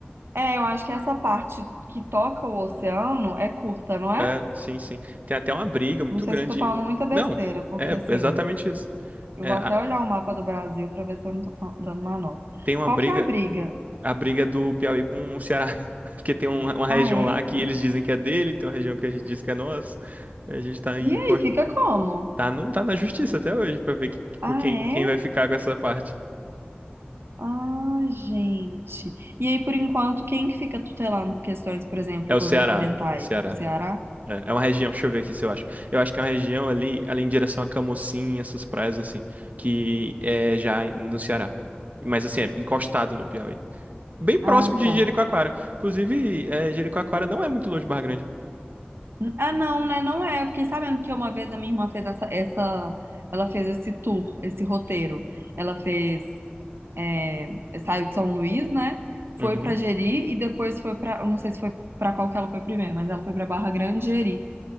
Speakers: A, on the right; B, on the right.
A: É, eu acho que essa parte que toca o oceano é curta, não é?
B: É, sim, sim. Tem até uma briga muito
A: Não sei
B: grande.
A: se eu tô falando muita besteira,
B: Não,
A: porque
B: é
A: assim.
B: exatamente isso.
A: Eu
B: É,
A: vou
B: a-
A: até olhar o mapa do Brasil pra ver se eu não tô fal- dando uma nota.
B: tem uma
A: Qual
B: briga,
A: que é a briga?
B: a briga do Piauí com o Ceará. <laughs> Porque tem uma, uma região
A: Ah, é?
B: lá que eles dizem que é dele, tem uma região que a gente diz que é nossa. A gente tá em.
A: E aí, fica como?
B: Tá, não, tá na justiça até hoje pra ver que- que-
A: Ah,
B: quem,
A: é?
B: quem vai ficar com essa parte.
A: Ah, gente. E aí, por enquanto, quem que fica tutelando questões, por exemplo,
B: É o
A: governamentais?
B: Ceará. Ceará.
A: O Ceará?
B: É, é uma região, deixa eu ver aqui se eu acho. Eu acho que é uma região ali, ali em direção a Camocim, essas praias assim, que é já no Ceará. Mas assim, é encostado no Piauí. Bem próximo
A: Ah,
B: de
A: tá.
B: Jericoacoara. Inclusive, é, Jericoacoara não é muito longe de Barra Grande.
A: Ah, não, né? Não é. Eu fiquei sabendo que uma vez a minha irmã fez essa, essa, ela fez esse tour, esse roteiro. Ela fez, é, saiu de São Luís, né?
B: Uhum.
A: Foi pra Jeri e depois foi pra, eu não sei se foi pra qual que ela foi primeiro, mas ela foi pra Barra Grande e Jeri.